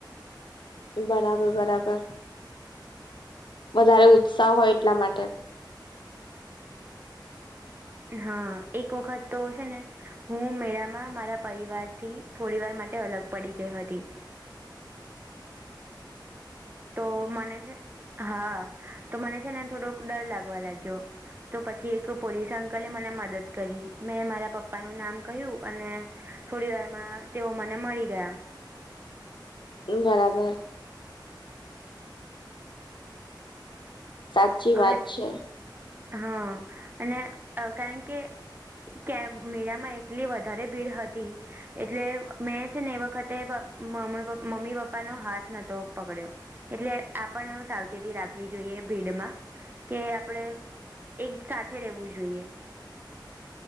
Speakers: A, on the left; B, on the right.
A: બરાબર, બરાબર વધારે ઉત્સાહ હોય એટલા માટે
B: હા એક વખત તો છે ને હું મેળામાં મારા પરિવાર થી થોડી વાર માટે અલગ પડી ગઈ હતી. તો મને છે હા તો મને છે ને થોડોક ડર લાગવા લાગ્યો. તો પછી એક પોલીસ અંકલે મને મદદ કરી મેં મારા પપ્પાનું નામ કહ્યું અને થોડી વારમાં તેઓ મને મળી ગયા.
A: બરાબર. સાચી
B: હવે
A: વાત છે.
B: હા અને કારણ કે કે મેળામાં એટલી વધારે ભીડ હતી. એટલે મેં છે ને એ વખતે મમ્મી પપ્પાનો હાથ નતો પકડ્યો. એટલે આપણ સાવચેતી રાખવી જોઈએ ભીડમાં. કે આપડે એક સાથે રહેેવું જોઈએ.